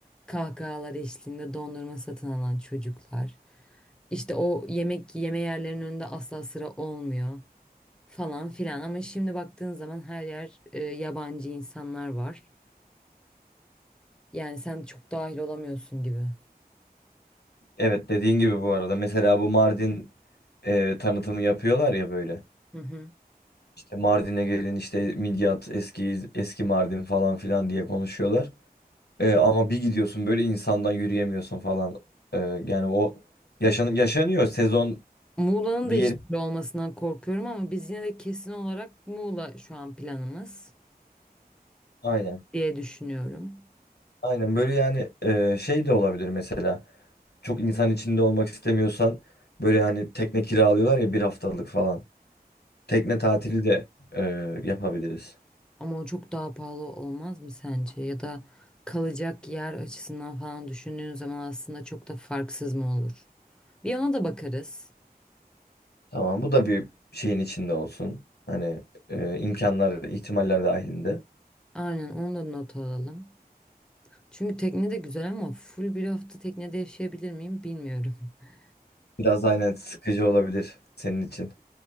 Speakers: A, in the centre; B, on the left.
A: kahkahalar eşliğinde dondurma satın alan çocuklar. İşte o yemek yeme yerlerinin önünde asla sıra olmuyor falan filan. Ama şimdi baktığın zaman her yer e, yabancı insanlar var. Yani sen çok dahil olamıyorsun gibi.
B: Evet dediğin gibi bu arada. Mesela bu Mardin e, tanıtımı yapıyorlar ya böyle.
A: Hı hı.
B: İşte Mardin'e gelin işte Midyat eski eski Mardin falan filan diye konuşuyorlar. Ee, ama bir gidiyorsun böyle insandan yürüyemiyorsun falan. Ee, yani o yaşan yaşanıyor sezon
A: Muğla'nın
B: bir
A: da işleri
B: yeri.
A: olmasından korkuyorum ama biz yine de kesin olarak Muğla şu an planımız
B: Aynen.
A: diye düşünüyorum.
B: Aynen böyle yani e, şey de olabilir mesela. Çok insan içinde olmak istemiyorsan böyle hani tekne kiralıyorlar ya bir haftalık falan. Tekne tatili de e, yapabiliriz.
A: Ama o çok daha pahalı olmaz mı sence? Ya da kalacak yer açısından falan düşündüğün zaman aslında çok da farksız mı olur? Bir yana da bakarız.
B: Tamam bu da bir şeyin içinde olsun. Hani e, imkanlar ihtimaller dahilinde.
A: Aynen onu da not alalım. Çünkü tekne de güzel ama full bir hafta teknede yaşayabilir miyim bilmiyorum. <laughs>
B: Biraz aynen sıkıcı olabilir senin için.